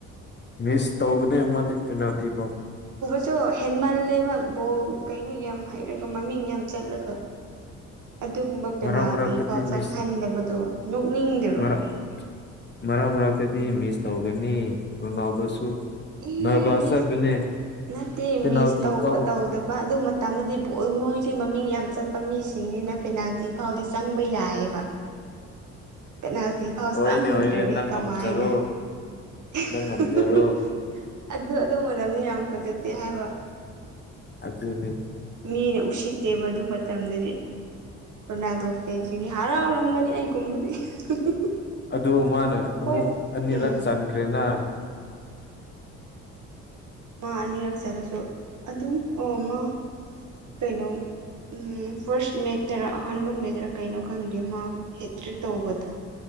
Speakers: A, on the left (about 30°); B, on the right (about 55°).
A: ꯃꯤꯁ ꯇꯧꯕꯅꯦ ꯃꯣꯢꯗꯤ ꯄꯤꯅꯥꯜꯇꯤ ꯐꯧ
B: ꯑꯗꯨ ꯍꯦꯟꯃꯜꯂꯦꯕ ꯕꯣꯜ ꯀꯩꯅꯣ ꯌꯥꯝ ꯍꯩꯔꯒ ꯃꯃꯤꯡ ꯌꯥꯝ ꯆꯠꯂꯒ ꯑꯗꯨꯒꯨꯝꯕ ꯄꯦꯅꯥꯜꯇꯤꯐꯥꯎ
A: ꯃꯔꯛ ꯃꯔꯛꯇꯗꯤ
B: ꯆꯪꯍꯟꯗꯕꯗꯣ
A: ꯃꯤꯁ
B: ꯅꯣꯛꯅꯤꯡꯗ꯭ꯔꯣ
A: ꯃꯔꯛ ꯃꯔꯛ ꯃꯔꯛꯇꯗꯤ ꯃꯤꯁ ꯇꯧꯒꯅꯤ ꯔꯣꯅꯥꯜꯗꯣꯁꯨ
B: ꯏꯍꯦ
A: ꯅꯔꯚꯁ
B: ꯃꯤꯁ
A: ꯆꯠꯄꯅꯦ
B: ꯅꯠꯇꯦ
A: ꯄꯦꯅꯥꯜꯇꯤ
B: ꯃꯤꯁ ꯇꯧꯕ
A: ꯀꯥꯎꯕꯗꯣ
B: ꯇꯧꯗꯕ ꯑꯗꯨ ꯃꯇꯝꯗꯗꯤ ꯄꯣꯜ ꯅꯣꯏꯁꯦ ꯃꯃꯤꯡ ꯌꯥꯝ ꯆꯠꯄ ꯃꯤꯁꯤꯡꯅꯤꯅ ꯄꯦꯅꯥꯜꯇꯤ ꯐꯥꯎꯗꯤ ꯆꯪꯕ ꯌꯥꯏꯌꯦꯕ ꯄꯦꯅꯥꯜꯇꯤ ꯐꯥꯎ
A: ꯍꯣꯏꯅꯦ
B: ꯆꯪꯗ꯭ꯔꯗꯤ
A: ꯍꯣꯏꯅꯦ ꯅꯪ
B: ꯀꯃꯥꯏꯅ
A: ꯉꯝꯖꯔꯣ
B: <unintelligible>
A: ꯅꯪ ꯉꯝꯖꯔꯣ
B: ꯑꯗꯨ ꯑꯗꯨ ꯃꯇꯝꯗꯤ ꯌꯥꯝ ꯐꯖꯗꯦ ꯍꯥꯏꯕ
A: ꯑꯗꯨꯅꯦ
B: ꯃꯤꯅ ꯎꯁꯤꯠꯇꯦꯕ ꯑꯗꯨ ꯃꯇꯝꯗꯗꯤ ꯔꯣꯅꯥꯜꯗꯣ ꯐꯦꯟꯁꯤꯡꯗꯤ ꯍꯔꯥꯎ ꯈꯪꯒꯅꯤ ꯑꯩꯒꯨꯝꯕꯗꯤ <unintelligible>
A: ꯑꯗꯨ ꯃꯥꯅ ꯑꯃꯨꯛ
B: ꯍꯣꯏ
A: ꯑꯅꯤꯔꯛ
B: ꯎꯝ
A: ꯆꯟꯈ꯭ꯔꯦꯅ
B: ꯃꯥ ꯑꯅꯤꯔꯛ ꯆꯜꯂꯁꯨ ꯑꯗꯨꯝ ꯑꯣ ꯃꯥ ꯀꯩꯅꯣ ꯎꯝ ꯐꯥꯔꯁ ꯃꯦꯠꯇꯔꯥ ꯑꯍꯥꯟꯕ ꯃꯦꯠꯇꯔꯥ ꯀꯩꯅꯣ ꯈꯪꯗꯦ ꯃꯥ ꯍꯦꯠꯇ꯭ꯔꯤꯛ ꯇꯧꯕꯗꯣ